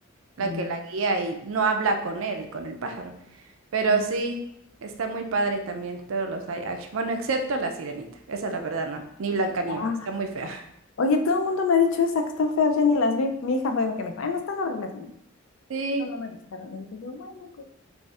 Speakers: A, on the right; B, on the left.
A: la
B: Mm,
A: que la guía y no habla con él, con el pájaro. Pero
B: ah.
A: sí, está muy padre también todos los live action. Bueno, excepto la Sirenita. Esa la verdad no. Ni Blancanieves,
B: Ah,
A: está muy fea. <laughs>
B: Oye, todo el mundo me ha dicho esa que están feas, ya ni las vi. Mi hija fue la que me dijo, ay, no están horribles, mamá".
A: Sí,
B: No, no me gustaron. Y dije yo, bueno, pues